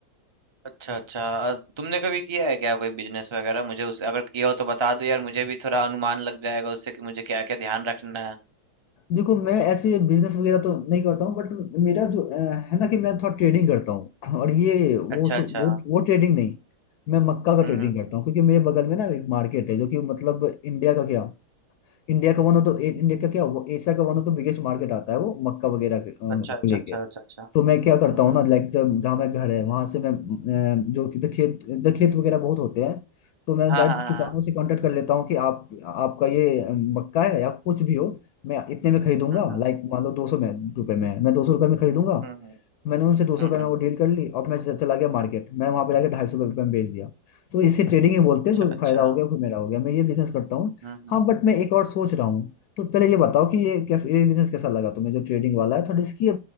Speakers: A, on the right (about 25°); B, on the left (about 70°).
A: अच्छा अच्छा अ, तुमने कभी किया है क्या कोई बिजनेस वगैरह मुझे उस अगर किया हो तो बता दो यार मुझे भी थोड़ा अनुमान लग जाएगा उससे कि मुझे क्या क्या ध्यान रखना है
B: देखो मैं ऐसे बिजनेस वगैरह तो नहीं करता हूँ बट मेरा जो अ, है ना कि मैं थोड़ा ट्रेडिंग करता हूँ और ये वो
A: अच्छा
B: सो-
A: अच्छा
B: वो वो ट्रेडिंग नहीं मैं मक्का का ट्रेडिंग
A: हम्म हम्म
B: करता
A: हम्म।
B: हूँ क्योंकि मेरे बगल में ना एक मार्केट है जो कि मतलब इंडिया का क्या इंडिया का वन ऑफ द इंडिया का क्या वो एशिया का one of the biggest market आता है वो मक्का वगैरह के, अ, को
A: अच्छा अच्छा
B: लेके
A: अच्छा अच्छा अच्छा
B: तो मैं क्या करता
A: हम्म
B: हूँ
A: हम्म
B: ना लाइक
A: हम्म।
B: जब जहाँ मैं घर है वहां से मैं अ, जो कि तो खेत तो खेत वगैरह बहुत होते हैं तो मैं
A: हाँ
B: डायरेक्ट
A: हाँ
B: किसानों से कांटेक्ट कर लेता हूँ कि आप आपका ये अ, मक्का है या कुछ भी हो मैं इतने में खरीदूंगा
A: हाँ हाँ।
B: लाइक मान लो दो सौ में रुपए में है मैं दो सौ रुपये में खरीदूंगा
A: हम्म हम्म
B: मैंने उनसे दो सौ
A: हम्म
B: रुपये
A: हम्म हम्म।
B: में
A: हम्म,
B: वो डील कर ली और मैं च- चला गया मार्केट मैं वहां पे जाकर ढाई सौ रुपये में बेच दिया तो इसे ट्रेडिंग ही बोलते हैं
A: अच्छा
B: जो
A: अच्छा
B: फायदा हो
A: हम्म
B: गया फिर मेरा हो गया मैं ये बिजनेस करता हूँ
A: हम्म
B: हाँ
A: हम्म।
B: बट
A: हम्म।
B: मैं एक और सोच रहा हूँ तो पहले ये बताओ कि ये कैसे ये बिजनेस कैसा लगा तुम्हें जो ट्रेडिंग वाला है थोड़ा रिस्की है